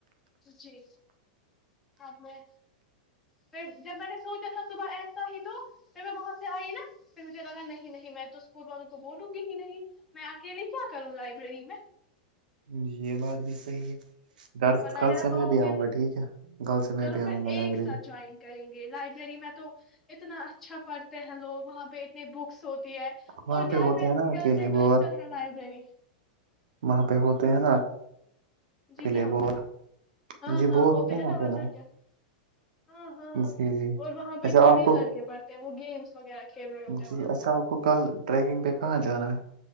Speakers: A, in the centre; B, on the right.
A: جی ابڑ پھر جب میں نے سوچا تھا صبح ایسا ہی تو پھر میں وہاں سے آئی نا پھر مجھے لگا نہیں نہیں میں تو اسکول والوں کو بولوں گی ہی نہیں میں اکیلے کیا کروں لائبریری میں
B: جی یہ بات بھی صحی ہے گھر
A: ون
B: کل
A: اگر
B: سے
A: اب
B: میں
A: آؤ
B: بھی آؤں
A: گے تو
B: گا ٹھیک ہے کل سے میں
A: چلو
B: بھی آؤں
A: پھر
B: گا
A: ایک
B: لائبریری
A: ساتھ جوائن کریں گے لائبریری میں تو اتنا اچھا پڑھتے ہیں لوگ وہاں پہ اتنے بکس ہوتے ہے
B: وہاں
A: اور گھر
B: پہ ہوتے
A: میں
B: ہیں نا اکیلے
A: کیس
B: بور
A: دفتر ہے لائبریری
B: وہاں پہ ہوتے ہیں نا اکیلے
A: جی کیا ہوتا
B: بور
A: ہے ہاں
B: جی
A: ہاں
B: بور
A: ہوتے
B: ہیں
A: ہے نا
B: اکیلے
A: ورنہ کیا ہاں ہاں
B: جی جی
A: اور وہاں پہ
B: اچھا
A: تھوڑی
B: آپ کو
A: لڑکے پڑھتے ہیں وہ گیمس وغیرہ کھیل رہے ہوتے ہیں
B: جی
A: وہاں
B: اچھا
A: پہ
B: آپ کو کل ٹریکنگ پہ کہاں جانا ہے